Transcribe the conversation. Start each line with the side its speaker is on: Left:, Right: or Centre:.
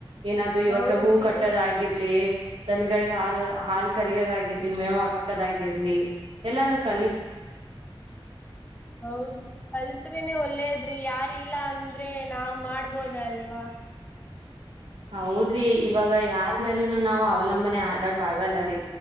Right: ಏನಾದ್ರು ಇವಾಗ
Left: ಹೌದ್ರಿ
Right: ಹೂ ಕಟ್ಟದಾಗಿ ಇರ್ಲಿ ತನಿಗಳಿಗೆ ಹಾಲ್ ಹಾಲ್ ಕರಯೋದಾಗಿರ್ಲಿ ಮೇವ್ ಹಾಕದಾಗಿರ್ಲಿ. ಎಲ್ಲಾನು ಕಲಿ
Left: ಹೌದ್ರಿ ಕಲ್ತ್ರಿೇನೇ ಒಳ್ಳೇದ್ರಿ ಯಾರಿಲ್ಲ ಅಂದ್ರೆ ನಾವ್ ಮಾಡ್ಬೋದಲ್ವಾ
Right: ಹೌದ್ರಿ ಇವಾಗ ಯಾರ್ ಮೇಲೂನು ನಾವ್ ಅವಲಂಬನೆ ಆಗಕ್ ಆಗಲ್ಲರಿ